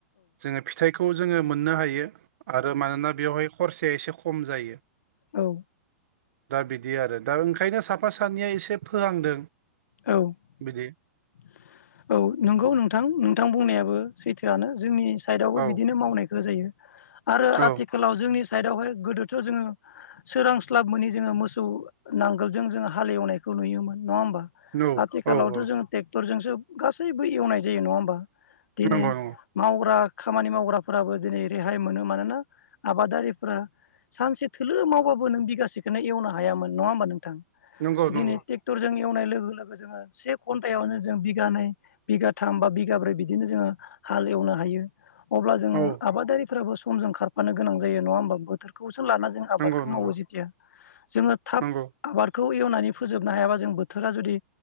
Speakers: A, on the right; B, on the left.
A: जोङो फिथाइखौ जोङो मोननो हायो आरो मानोना बेवहाय खरसाया एसे खम जायो।
B: औ
A: दा बिदि आरो दा ओंखायनो साफा सानैया एसे फोहांदों।
B: औ <inaudible>
A: बिदि
B: औ नंगौ नोंथां नोंथां बुंनाया बो सैथोआनो जोंनि सायदावबो
A: औ
B: बिदिनो मावनाय जायो आरो
A: औ
B: आथिखालाव जोंनि साइदआवहाय गोदोथ' जोङो सोरांस्लाब मोै जोङो मोसौ नांगोलजों जोङो हालेवनाय खौ नुयोमोन नङा होमबा
A: औ
B: आथिखालावथ'
A: औ औ
B: जों ट्रेक्टरजोंसो गासैबो एवनाय जायो नङा होमबा? दिनै
A: नंगौ नंगौ
B: मावग्रा खामानि मावग्राफोराबो दिनै रेहाय मोनो मानोना आबादारिफोरा सानसे थोलो मावबाबो नों बिगासेखौनो एवनो हायामोन नङा होमबा नोंथां?
A: नंगौ
B: दिनै
A: नंगौ
B: टेक्टरजों एवनाय लोगो लोगो जोङो आरो से घन्टाआवनो जों बिगानै बिगाथाम बिगाब्रै बिदिनो जोङो हाल एवनानै हायो अब्ला जोङो
A: औ
B: आबादारिफोराबो समजों खारफानो गोनां जायो नङा होमबा बोथोरखौ जो लाना जों आबादखौ
A: नंगौ नंगौ
B: मावो जेथिया जोङो थाब
A: नंगौ
B: आबादखौ एवनानै फोजोबनो हायाबा जों बोथोरा जुदि